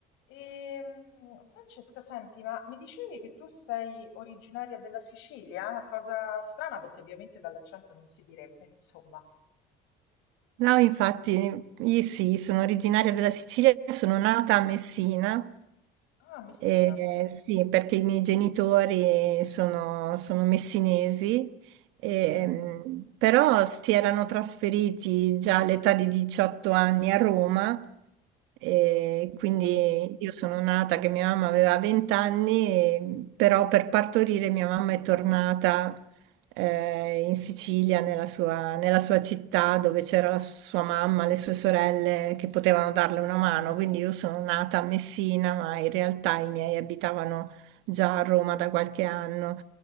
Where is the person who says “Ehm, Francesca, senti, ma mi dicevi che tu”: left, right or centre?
Left